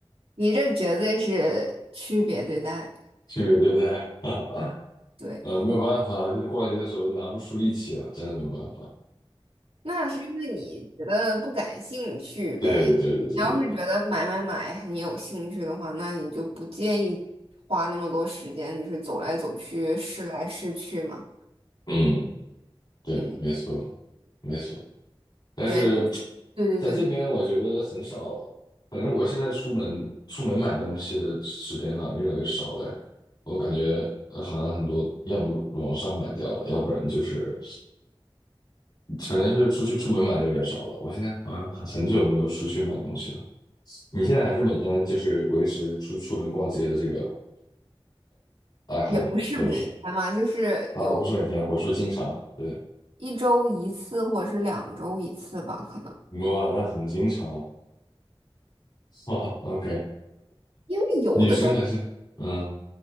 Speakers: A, on the right; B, on the left.
A: 你这绝对是区别对待，
B: 区别 <laughs> 对待。<laughs>
A: 对。
B: 呃，没有办法，就是逛街的时候拿不出力气啊，真的没有办法。
A: 那是因为你觉得不感兴趣呗。
B: 对对对对对对对，
A: 你要是觉得买买买很有兴趣的话，那你就不介意花那么多时间，就是走来走去、试来试去嘛。
B: 嗯，对，
A: 嗯，
B: 没错，没错。但是
A: 对，对对对，
B: 在这边我觉得很少，反正我现在出门出门买东西的时间好像越来越少了。我感觉呃好像很多要么网上买掉了，要不然就是反正就是出去出门买的有点少了。我现在好像很很久没有出去买东西了。你现在还是每天就是维持出出门逛街的这个爱好吗？
A: 也不是每天嘛，
B: 或者是
A: 就是有
B: 啊，不是每天，我说经常，对，
A: 一周一次或者是两周一次吧，可能。
B: 哇，那很经常，哇，OK，
A: 因为有的都。
B: 女生还是嗯。